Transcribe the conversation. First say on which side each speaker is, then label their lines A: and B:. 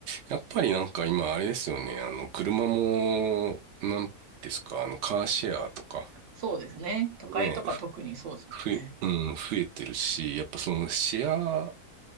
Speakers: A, on the right (about 75°); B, on the right (about 55°).
A: やっぱりなんか今あれですよね。あの、車も、なんですか、あの、カーシェアとか。
B: そうですね。都会とか特にそうですもんね。
A: ね、増え、うん、増えてるし、やっぱそのシェア